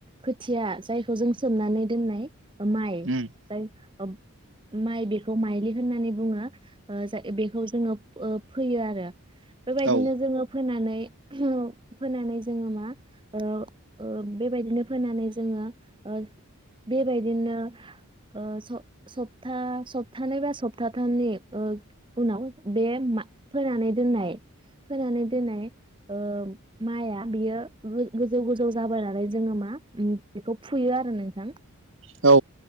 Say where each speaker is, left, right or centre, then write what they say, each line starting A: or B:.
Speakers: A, on the right; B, on the right.
A: खोथिया जायखौ जों सोमनानै दोननाय ओ माइ
B: उम
A: जाय ओब माइ बेखौ माइलि होननानै बुङो ओ जा बेखौ जोङो ओ फोयो आरो बेबायदिनो
B: औ
A: जोङो फोननानै नै फोनानै जोङो मा ओ ओ बेबायदिनो फोनानै जोङो ओ बेबायदिनो ओ सप्ता सप्तानै बा सप्ताथामनि ओ उनाव बे मा फोनानै दोननाय फोनानै दोननाय ओ माइया बियो गोज गोजौ गोजौ जाबोनानै जोङो मा उम बेखौ फुयो आरो नोंथां।
B: औ।